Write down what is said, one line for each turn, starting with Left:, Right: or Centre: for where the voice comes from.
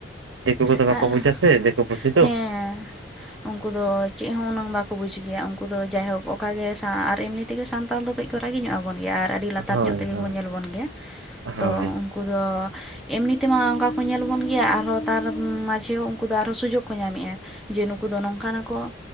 Right: ᱫᱤᱠᱩ ᱠᱚ ᱫᱚ
Centre: ᱟᱨ
Right: ᱵᱟᱠᱚ ᱵᱩᱡᱽ ᱟᱥᱮ ᱫᱤᱠᱩ ᱯᱩᱥᱤ ᱫᱚ
Centre: ᱦᱮᱸ ᱩᱱᱠᱩ ᱫᱚ ᱪᱮᱫ ᱦᱚᱸ ᱩᱱᱟᱹᱝ ᱵᱟᱠᱚ ᱵᱩᱡᱽ ᱜᱮᱭᱟ ᱩᱱᱠᱩ ᱫᱚ ᱡᱟᱭ ᱦᱳᱠ ᱚᱠᱟ ᱜᱮ ᱟᱨ ᱮᱢᱱᱤ ᱛᱮᱜᱮ ᱥᱟᱱᱛᱟᱞ ᱫᱚ ᱠᱟᱹᱡ ᱠᱚ ᱨᱟᱜᱤ ᱧᱚᱜ ᱟᱵᱚᱱ ᱜᱮᱭᱟ ᱟᱨ ᱟᱹᱰᱤ ᱞᱟᱛᱟᱨ
Right: ᱦᱳᱭ
Centre: ᱧᱚᱜ ᱛᱮᱜᱮ
Right: ᱦᱳᱭ
Centre: ᱠᱚ ᱧᱮᱞ ᱵᱚᱱ ᱜᱮᱭᱟ
Right: ᱦᱳᱭ
Centre: ᱛᱚ ᱩᱱᱠᱩ ᱫᱚ ᱮᱢᱱᱤ ᱛᱮᱢᱟ ᱚᱱᱠᱟ ᱠᱚ ᱧᱮᱞ ᱵᱚᱱ ᱜᱮᱭᱟ ᱟᱨ ᱦᱚᱸ ᱛᱟᱨ ᱢᱟᱡᱷᱮ ᱩᱱᱠᱩ ᱫᱚ ᱟᱨᱦᱚᱸ ᱥᱩᱡᱳᱜ ᱠᱚ ᱧᱟᱢᱮᱜᱼᱟ ᱡᱮ ᱱᱩᱠᱩ ᱫᱚ ᱱᱚᱝᱠᱟ ᱱᱟ ᱠᱚ